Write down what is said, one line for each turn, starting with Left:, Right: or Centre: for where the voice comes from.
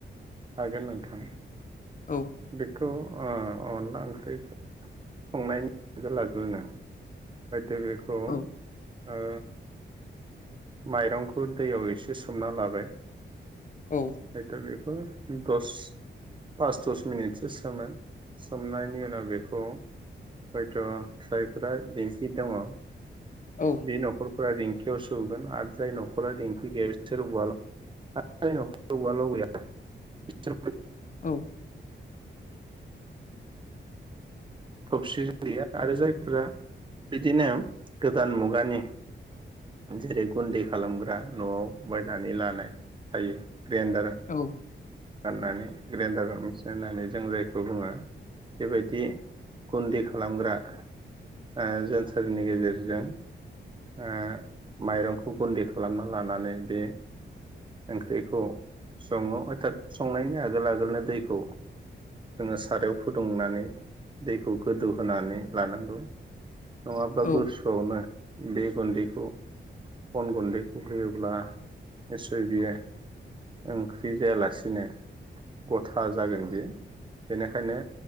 Right: हागोन नोंथां।
Left: औ
Right: बेखौ ओ अनला ओंख्रिखौ। संनायनि आगोल आगोलनो। दे बेखौ।
Left: औ
Right: ओ। माइरंखौ दैयाव एसे सोमना लाबाय।
Left: औ
Right: <unintelligible> दस पास दस मिनिटसो सोमो सोमनायनि उनाव बेखौ हयथ जायफोरा देखि दङ।
Left: औ
Right: बे न'खर। फुरा दिखिंआव। <inaudible>
Left: औ।
Right: थबसिजों देआ आरो जायफोरा बिदिनो गोदान मुगानि जेरै गुन्दै। खालामग्रा न'आव। बायनानै लानाय हायो। ग्रेन्दार।
Left: औ
Right: <inaudible> होननानै जों जायखौ बुङो बेबायदि गुन्दै खालामग्रा ओ जोनथोरनि गेजेरजों ओ माइरंखौ गुदि खालामना लानानै बे ओंख्रिखौ सङो अरता। संनायनि आगोल आगोलनो दैखौ जोङो सारायाव फुदुंनानै दैखौ गोदौहोनानै लानांगौ। नंङाब्ला
Left: औ
Right: गुसुआवनो। बे गुन्दैखौ अन गुन्दैखौ होयोब्ला निसय बियो ओंख्रि जायालासिनो। बिदिनो गथा जागोन बेयो। बेनिखायनो